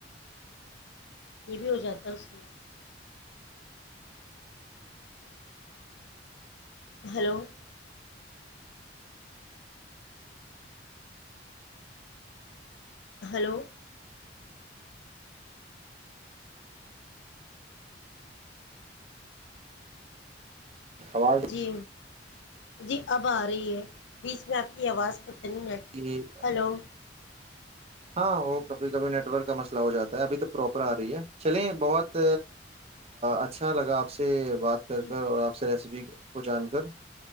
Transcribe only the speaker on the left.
یہ بھی ہو جاتا ہے اس میں ہلو ہلو
جی جی اب آ رہی ہے بیچ میں آپ کی آواز پ
ہلو
جی
جی